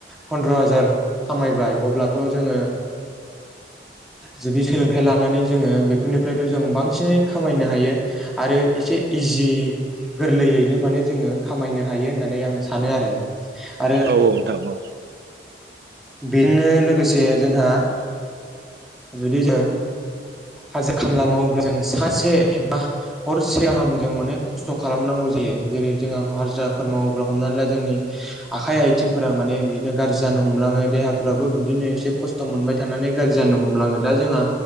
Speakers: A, in the centre; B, on the right.
A: पन्द्र' हाजार खामायबाय अब्लाथ' जोंङो जुदि सोलोंथाइ लानानै जोङो बेफोरनिफ्रायथ' जों बां बांसिन खामायनो हायो आरो एसे इजि गोरलैयैनो माने जोङो खामायनो हायो होननानै आं सानो आरो। आरो
B: औ औ नोंथां औ।
A: बेनो लोगोसे जोंहा जुदि जों हाजो खामला मावोब जों सासेबा हरसे गाहाम जों माने खस्थ' खालामनांगौ। जायो जेरै जोंहा हाजिराफोर मावोब्ला हमनानै ला जोंनि आखाय- आथिंफोरा माने बिदिनो गाज्रि जायो ओ नों हमलांङो देहाफ्राबो बिदिनो एसे खस्थ' मोनबाय थानानै गाज्रि जानो हमलाङो दा जोंहा